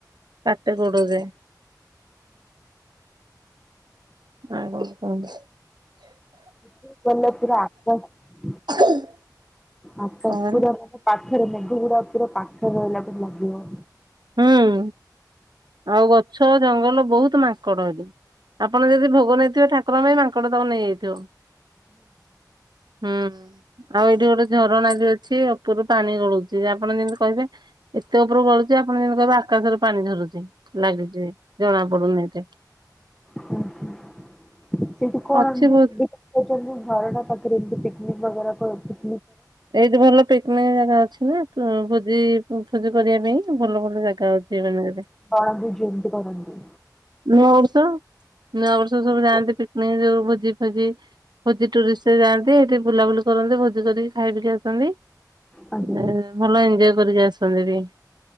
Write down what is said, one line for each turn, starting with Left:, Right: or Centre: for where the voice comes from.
Right: କାଟେ ଗୋଡ଼ ଯେ ଆଉ କଣ କୁହ।
Centre: <unintelligible>
Right: <inaudible> <unintelligible>
Centre: ଆକାଶ
Right: ତାପରେ
Centre: ପୁରା ମାନେ ପାଖରେ ମେଘୁ ଗୁଡା ପୁରା ପାଖରେ ରହିଲା ପରି ଲାଗିବ
Right: ହୁଁ ଆଉ ଗଛ ଜଙ୍ଗଲ ବହୁତ ମାଙ୍କଡ ହେଠି ଆପଣ ଯଦି ଭୋଗ ନେଇଥିବେ ଠାକୁର ପାଇଁ ମାଙ୍କଡ଼ ତାକୁ ନେଇଯାଇ ଥିବ ହୁଁ ଆଉ ହେଠି ଗୋଟେ ଝରଣା ଟିଏ ଅଛି ଉପରୁ ପାଣି ଗଳୁଛି ଆପଣ ଯେମିତି କହିବେ ଏତେ ଉପରୁ ଗଳୁ ଚି ଆପଣ ଯେମିତି କହିବେ ଆକାଶରୁ ପାଣି ଝରୁଛି ଲାଗୁଛି ଜଣା ପଡୁନି ଏତେ
Centre: ହୁଁ ହୁଁ ସେଠୁ କଣ
Right: ଅଛି
Centre: ଏମିତି
Right: ବହୁତ
Centre: ସୁବିଧା ପାଉଛନ୍ତି ଝରଣା ପାଖରେ ଏମିତି ପିକିନିକ୍ ବଗେରା ତ ଥି
Right: ଏଇଠି ଭଲ ପିକିନିକ୍ ଜାଗା ଅଛି ନା କଁ ଭୋଜି ଅଁ ଭୋଜି କରିବା ପାଇଁ ଭଲ ଭଲ ଜାଗା ଅଛି ଏଇ ମାନକରେ
Centre: କଁ ଏମିତି <unintelligible> କରନ୍ତି?
Right: ନୂଆବର୍ଷ ନୂଆ ବର୍ଷ ସବୁ
Centre: ହଁ
Right: ଯାଆନ୍ତି ପିକନିକ୍ ଯୋଉ ଭୋଜି ଫୋଜି ଭୋଜି ଟୁରିଷ୍ଟ ଯାଆନ୍ତି ସେଠି ବୁଲାବୁଲି କରନ୍ତି ଭୋଜି କରିକି ଖାଇପିକି ଆସନ୍ତି।
Centre: ଆଜ୍ଞା
Right: ଏ ଭଲ ଏଞ୍ଜୟ୍ କରିକି ଆସନ୍ତି ହେଠି।